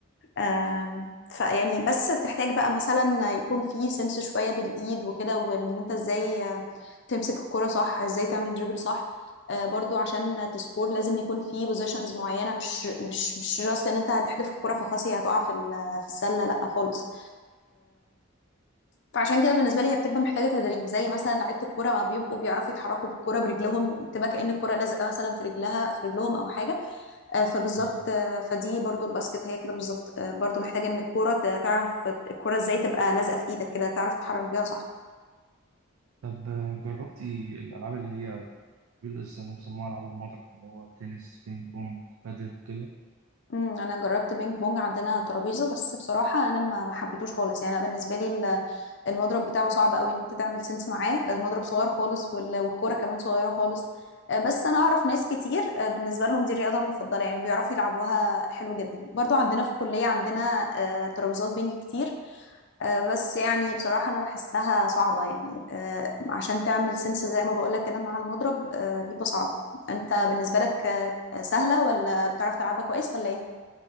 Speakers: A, on the left; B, on the right.
A: آم، فيعني بس بتحتاج بقى مثلا يكون في سنس شوية بالإيد وكده وإن أنت إزاي آه، تمسك الكرة صح إزاي تعمل دريبل صح آه، برضو عشان تسكور لازم يكون في بوزيشنز معينة مش مش مش جاست إن أنت هتحدف الكرة فخلاص هي هتقع في ال- في السلة لأ خالص فعشان كده بالنسبه لي هي بتبقى محتاجه تدريب زي مثلا لعيبه الكوره ما بيبقوا بيعرفوا يتحركوا بالكوره برجلهم بتبقى كأن الكوره لازقه مثلا في رجلها في رجلهم او حاجه آه، فبالظبط
B: بالظبط.
A: آه، فدي برضو الباسكت هي كده بالظبط آه، برضو محتاجه ان الكوره ت- تعرف الكوره ازاي تبقى لازقه في ايدك كده تعرف تتحرك بيها صح
B: طب آه، جربتي الالعاب اللي هي بيلبس كانوا بيسموها ألعاب المضرب اللي هو تنس بينج بونج بادل وكده
A: امم انا جربت بينج بونج عندنا ترابيزه بس بصراحه انا ما ما حبيتهوش خالص يعني أنا بالنسبه لي ال- المضرب بتاعه صعب قوي ان انت تعمل سنس معاه المضرب صغير خالص وال- والكوره كمان صغيره خالص آه، بس انا اعرف ناس كتير آه، بالنسبه لهم دي الرياضه المفضله يعني بيعرفوا يلعبوها حلو جدا برضو عندنا في الكليه عندنا آه، ترابيزات بينج كتير آه، بس يعني بصراحه انا بحسها صعبه يعني آه، عشان تعمل سنس زي ما بقولك كده مع المضرب آه، بيبقى صعب انت بالنسبه لك آه، آه، سهله ولا بتعرف تلعبها كويس ولا ايه